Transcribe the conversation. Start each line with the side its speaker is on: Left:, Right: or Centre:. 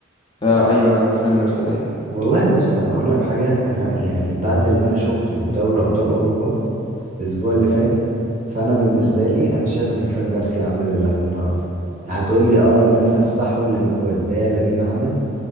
Left: آه ايوه فران جارسيا
Right: والله بص انا اقول لك حاجه انا يعني بعد اللي انا شفته في دوري ابطال اوروبا الاسبوع اللي فات فانا بالنسبه
Left: ايوه
Right: لي انا شايف ان فران جارسيا عمل اللي عليه النهارده هتقول لي اه لامين فسحه لامين وداه لامين عمل